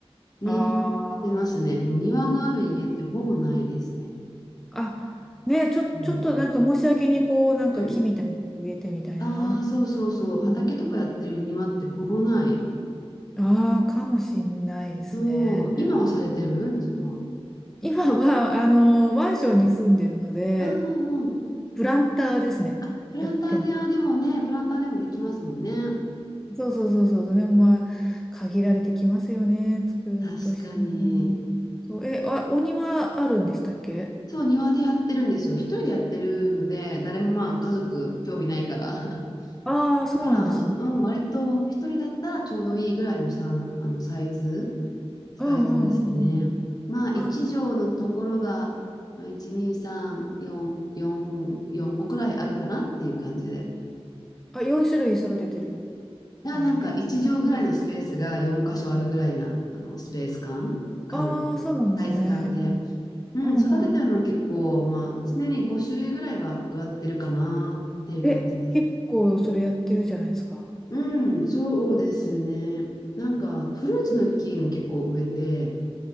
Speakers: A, on the left; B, in the centre.
A: ね、
B: あ
A: してますね。
B: ー、
A: もう庭がある家ってほぼないですね。
B: あ、ね、ちょ、ちょっとなんか申し訳にこう、
A: うん。
B: なんか木みたいなの植えてみたいな。
A: うん。ああ、そうそうそう。畑とかやってる庭ってほぼない。
B: うんああ、かもしんないですね。
A: そう。今はされてるんですかうん
B: 今は、あの、マンションに住んでるので、
A: うんうん。
B: プランターですね。
A: あ、プランターで、
B: やってんの
A: あ、でもね、プランターでもできますもんね。
B: そうそうそうそうでもまあ、限られてきますよね。作るとしても。
A: 確かに。
B: そう、え、あ、お庭あるんでしたっけ
A: そう、庭でやってるんですよ。一人でやってるので、誰もまあ家族興味ないから。<laughs>
B: ああー、そうなんですね。
A: だから、うん、割と一人だったらちょうどいいぐらいのさ、あのサイズ、サイズですね。
B: うんうんうんうん。
A: まあ、
B: あ、
A: 1畳のところが、まあ、1、2、3、4、4、4個くらいあるかなっていう感じで。
B: あ、4種類育ててる
A: だからなんか1畳ぐらいのスペースが4箇所あるぐらいな、
B: 感じで。
A: あのスペース感、感、
B: ああ、そうなんですね。
A: サイズ感で。うん、
B: うんうん。
A: 育ててるのは結構、まあ、常に5種類ぐらいは植わってるかなっていう感じです。
B: え、結構それやってるじゃないですか。
A: うん、そうですね。なんか、フルーツの木も結構植えて、